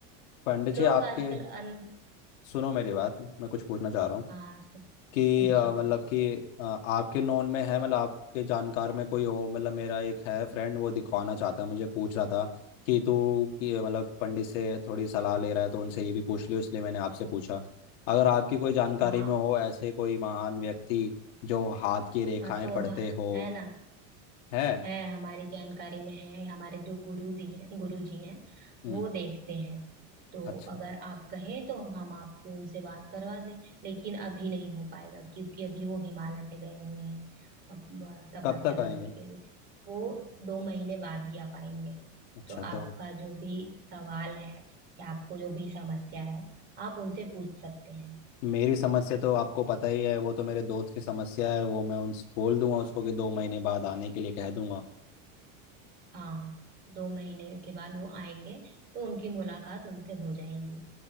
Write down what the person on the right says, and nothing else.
लोग
आजकल अन
हाँ सो-
पूछिए
पूछिए
हाँ
हाँ तो
हाँ,
है ना
है हमारी जानकारी में है हमारे जो गुरु जी हैं गुरु जी हैं
वो देखते हैं तो
अगर आप कहें तो हम आपकी उनसे बात करवा दें लेकिन अभी नहीं हो पाएगा क्योंकि अभी वो हिमालय पे गए हुए हैं अप- अ, तपस्या
करने के लिए वो दो महीने बाद ही आ पाएंगे
तो आपका
जो भी सवाल है या आपको जो भी समस्या है आप उनसे पूछ सकते हैं
हाँ दो महीने के बाद वो आएंगे तो उनकी मुलाकात उनसे हो जाएगी